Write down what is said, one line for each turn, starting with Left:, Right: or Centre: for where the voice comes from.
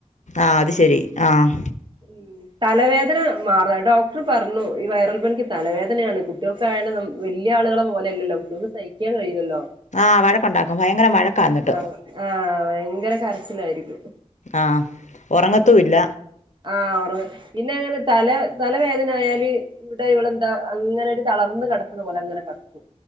Left: ആഹ് അത് ശെരി ആഹ്
Right: ഉ തലവേദന മാറ ഡോക്ടർ പറഞ്ഞു ഈ വൈറൽ പനിക്ക് തലവേദനയാണ് കുട്ടികൾക്ക്. വലിയ ആളുകളെ പോലെയല്ലല്ലോ സഹിക്കാൻ കഴയില്ലല്ലോ.
Left: ആഹ് വഴക്കുണ്ടാക്കും ഭയങ്കര വഴക്കാ എന്നിട്ട്
Right: ആ ആഹ് ഭയങ്കര കരച്ചിലായിരിക്കും.
Left: ആഹ് ഉറങ്ങത്തൂ ഇല്ല.
Right: ആഹ് ഉറവ് പിന്നെ അങ്ങനെ തല തലവേദന ആയാല്. ഇവിടെ ഇവെലെന്താ അങ്ങനെ ഒരു തളർന്ന് കിടക്കുന്ന പോലെ അങ്ങനെ കിടക്കും.